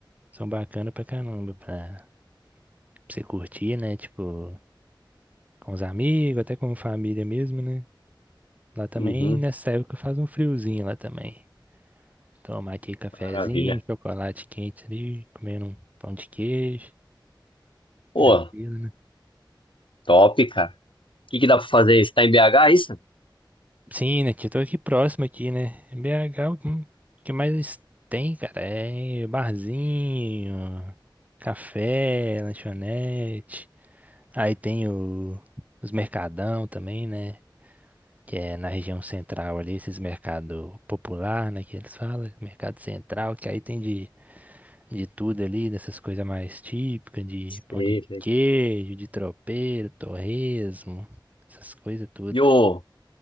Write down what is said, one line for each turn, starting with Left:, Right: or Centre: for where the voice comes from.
Right: são bacanas pra caramba, pra, pra você curtir, né? Tipo, com os amigos, até com família mesmo, né? Lá também,
Left: Uhum,
Right: nessa época, faz um friozinho lá também. Tomar aqui cafezinho,
Left: maravilha.
Right: chocolate quente ali, comer um pão de queijo,
Left: Pô,
Right: tranquilo, né?
Left: top, cara. O que que dá pra fazer? Você tá em BH, isso?
Right: Sim, né? tio? Eu tô aqui próximo aqui, né? BH, hum, o que mais tem, cara? É barzinho, café, lanchonete. Aí tem o, os mercadão também, né? Que é na região central ali, esses mercado popular, né? Que eles falam, mercado central, que aí tem de, de tudo ali, dessas coisas mais típicas, de
Left: Sei,
Right: pão de
Left: sei.
Right: queijo, de tropeiro, torresmo, essas coisas tudo.
Left: E o,